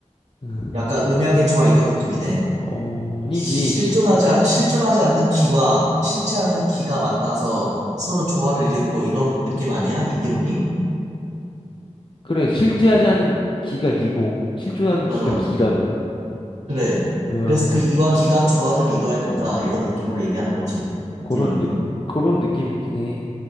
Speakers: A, on the left; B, on the right.
A: 응.
B: 약간 음향의 조화 이런 느낌이네.
A: 어, 아니지.
B: 실존하지,
A: 시-
B: 않- 실존하지 않는 기와 실체하는 기가 만나서 서로 조화를 이루고 이런 느낌 아니야? 이기론이?
A: 그래, 실제하지 않은 기가 이고, 실존하는
B: 어,
A: 기가 기라고.
B: 그래.
A: 어,
B: 그래서 그 이와 기가 조화를 이뤄야 된다. 이런 느낌으로 얘기하는 거지. 이기론이.
A: 그런, 느, 그런 느낌이긴 해.